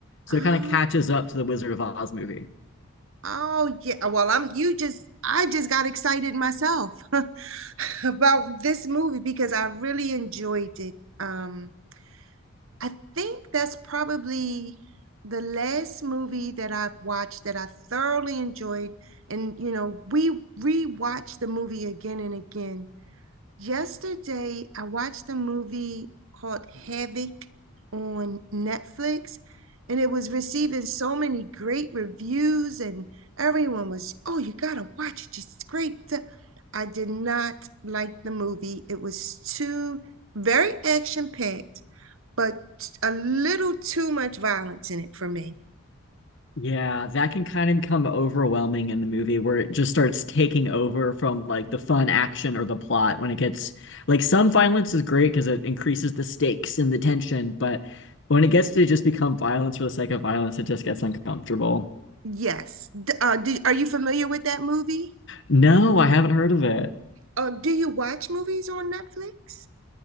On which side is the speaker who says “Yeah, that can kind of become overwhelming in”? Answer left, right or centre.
Left